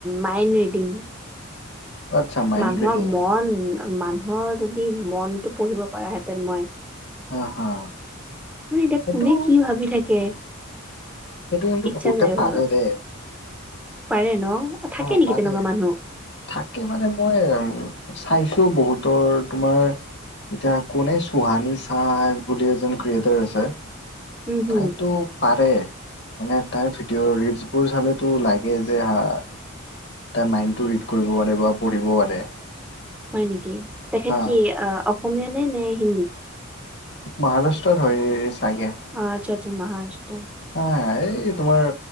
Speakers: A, in the centre; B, on the left (about 55°).
A: মাইণ্ডৰিডিং।
B: আচ্ছা মাইণ্ড
A: মানুহৰ
B: ৰিডিং
A: মন মানুহৰ যদি মনতটো পঢ়িব পাৰ হেঁতেন মই
B: হা হা
A: মানে এতিয়া
B: এইটো
A: কোনে কি ভাবি থাকে?
B: সেইটো কিন্তু
A: ইচ্ছা
B: বহুতে
A: যায় ঘৰত
B: পাৰে দে।
A: পাৰে ন? থাকে
B: অ',
A: নেকি
B: পাৰে।
A: তেনেকুৱা মানুহ
B: থাকে মানে মই উম, চাইছোঁ বহুতৰ তোমাৰ এতিয়া কোনে চুহানী চাহ বুলি এজন ক্ৰিয়েটাৰ আছে,
A: উম হম
B: তাইতো পাৰে, মানে তাইঅ' ভিডিঅ' ৰিলচ বোৰ চালেতো লাগে যে হা তাই মাইণ্ডটো ৰিড কৰিব পাৰে বা পঢ়িব পাৰে।
A: হয় নেকি? তেখেত
B: হা
A: কি অ-অসমীয়া নে নে হিন্দী?
B: মহাৰাষ্ট্ৰত হয় চাগে।
A: অ', আচ্ছা আচ্ছা মহাৰাষ্ট্ৰ।
B: অ', এই তোমাৰ